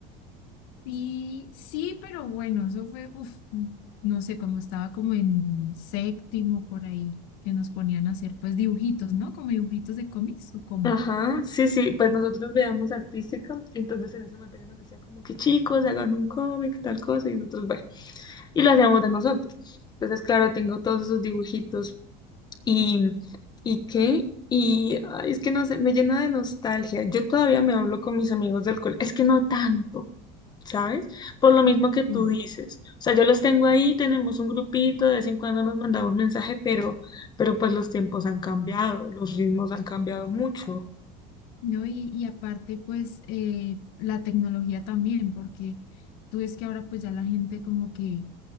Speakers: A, on the left (about 65°); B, on the left (about 20°).
A: Y sí, pero bueno, eso fue, uff, no sé, como estaba como en séptimo por ahí, que nos ponían a hacer pues dibujitos, ¿no? Como dibujitos de cómics o cómo.
B: Ajá, sí, sí, pues nosotros veíamos artística, entonces en esa materia nos decía como que chicos, hagan un cómic, tal cosa, y nosotros, bueno. y lo hacíamos de nosotros. Entonces, claro, tengo todos esos dibujitos y, ¿y qué? Y ay, es que no sé, me llena de nostalgia. Yo todavía me hablo con mis amigos del colegio, es que no tanto, ¿sabes? Por lo mismo que tú
A: Sí.
B: dices. O sea, yo los tengo ahí, tenemos un grupito, de vez en cuando nos mandamos mensaje, pero, pero pues los tiempos han cambiado, los ritmos han cambiado mucho.
A: No, y, y aparte, pues, eh, la tecnología también, porque tú ves que ahora pues ya la gente como que,